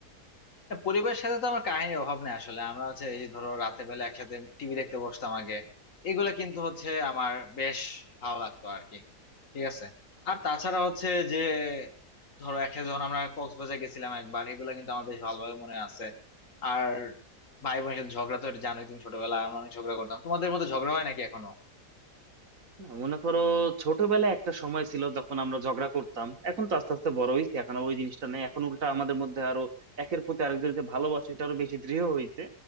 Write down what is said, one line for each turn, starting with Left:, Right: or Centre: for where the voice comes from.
Left: না, পরিবারের সাথে তো আমার কাহিনীর অভাব নেই আসলে আমরা হচ্ছে এই যে ধরো রাতে বেলা একসাথে টিভি দেখতে বসতাম আগে এগুলা কিন্তু হচ্ছে আমার বেশ ভালো লাগতো আর কি ঠিক আছে আর তাছাড়া হচ্ছে যে ধরো একসাথে যখন আমরা কক্সবাজার গেছিলাম একবার এগুলা কিন্তু আমার বেশ ভালোভাবে মনে আছে আর ভাই বোনের সাথে ঝগড়া তো এটা জানোই তুমি ছোটবেলায় আমরা অনেক ঝগড়া করতাম তোমাদের মতো ঝগড়া হয় নাকি এখনো
Right: না মনে করো ছোটবেলায় একটা সময় ছিল যখন আমরা ঝগড়া করতাম এখন তো আস্তে আস্তে বড় হয়েছি এখন আর ওই জিনিসটা নেই এখন উল্টা আমাদের মধ্যে আরো একের প্রতি আরেকজনের যে ভালোবাসা এটা আরো বেশি দৃঢ় হইছে